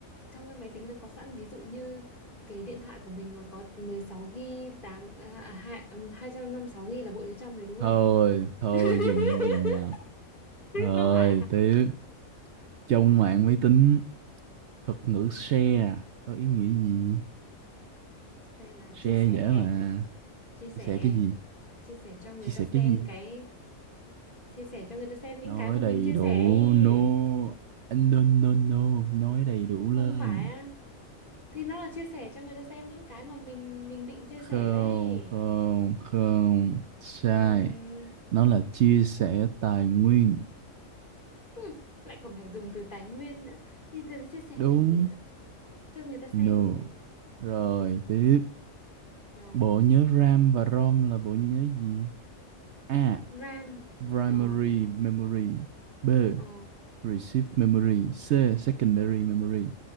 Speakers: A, on the left; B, on the right.
A: trong cái máy tính nó có sẵn ví dụ như cái điện thoại của mình mà có 16 GB 8 à, à, hai- ừm, 256 GB là bộ nhớ trong đấy đúng không?
B: thôi thôi
A: <laughs>
B: dừng dừng nào rồi
A: Không phải à?
B: tiếp trong mạng máy tính thuật ngữ share có ý nghĩa gì
A: Share là chia
B: share
A: sẻ,
B: dễ mà
A: chia sẻ,
B: chia sẻ cái gì
A: chia sẻ cho người
B: chia
A: ta
B: sẻ
A: xem
B: cái gì
A: cái chia sẻ cho người ta xem những
B: nói
A: cái mà
B: đầy
A: mình chia
B: đủ
A: sẻ ấy.
B: no no no no nói đầy đủ lên
A: Không phải á? Thì nó là chia sẻ cho người ta xem những cái mà mình mình định chia
B: không
A: sẻ đấy.
B: không không sai
A: Ừm,
B: nó là chia sẻ tài nguyên
A: hmm, lại còn phải dùng từ tài nguyên nữa. Thì thì chia sẻ
B: đúng
A: cần gì nữa? Cho người ta xem
B: no
A: còn gì?
B: rồi tiếp
A: rồi
B: bộ nhớ RAM và ROM là bộ nhớ gì A.
A: RAM
B: Primary
A: ờ
B: memory B.
A: ờ
B: Receive memory C. Secondary memory